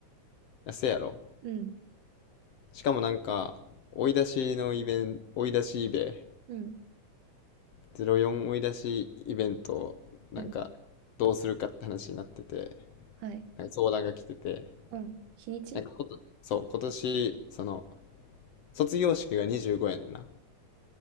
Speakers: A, on the left; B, on the right.
A: あせやろ。
B: うん。
A: しかもなんか、追い出しのイベント、追い出しイベ、
B: うん。
A: 04追い出しイベント、なんか、
B: うん
A: どうするかって話になってて、
B: はい。
A: なんか相談が来てて、
B: うん。日にち
A: なんかこと、そう、今年、その、卒業式が25やねんな。